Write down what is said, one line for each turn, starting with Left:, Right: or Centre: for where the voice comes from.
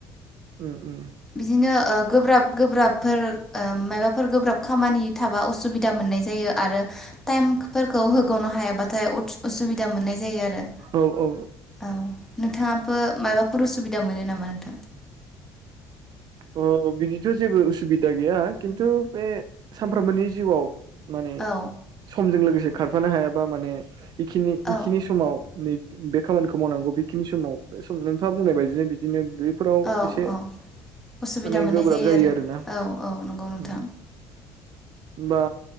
Right: उम उम
Centre: बिदिनो ओ गोब्राब गोब्राबफोर ओ मायबाफोर गोब्राब खामानि थाबा असुबिदा मोननाय जायो आरो टाइमफोरखौ हो ख'नो हायाबाथाय उसुबिदा मोननाय जायो आरो
Right: औ औ
Centre: औ नोंथाङा माबाफोर उसुबिदा मोनो नामा नोंथां
Right: अ बिदिथ' जेबो उसुबिदा गैया खिन्थु बे सानफ्रोमबोनि जिउआव माने
Centre: औ
Right: समजों लोगोसे खारफानो हायाबा माने बेखिनि बेखिनि
Centre: औ
Right: समाव नै बे खामानिखौ मावनांगौ बेखिनि समाव सम नोंथाङा बुंनाय बायदिनो बिदिनो बे फोराव
Centre: औ
Right: एसे
Centre: औ उसुबिदा
Right: माने
Centre: मोननाय
Right: गोब्राब जायो
Centre: आरो
Right: आरोना
Centre: औ औ नंगौ नोंथां
Right: होनबा